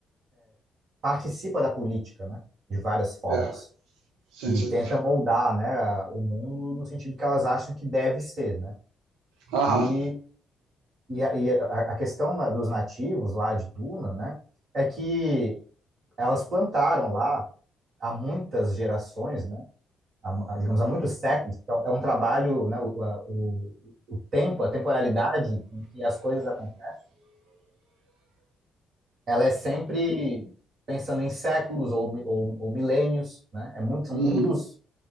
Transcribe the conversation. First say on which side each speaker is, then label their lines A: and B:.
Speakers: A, on the right (about 50°); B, on the right (about 70°).
A: participa da política, né? De várias formas.
B: É. Sim,
A: E
B: sim.
A: tenta moldar, né, a- o mundo no sentido que elas acham que deve ser, né?
B: Aham.
A: E, e, a, e a a questão na- dos nativos lá de Duna, né? É que elas plantaram lá há muitas gerações, né? há, digamos, há muitos séculos. Então, é um trabalho, né, o, a- o, o tempo, a temporalidade em que as coisas acontecem, ela é sempre pensando em séculos ou, ou, ou milênios, né? É muito, são
B: Uhum.
A: muitos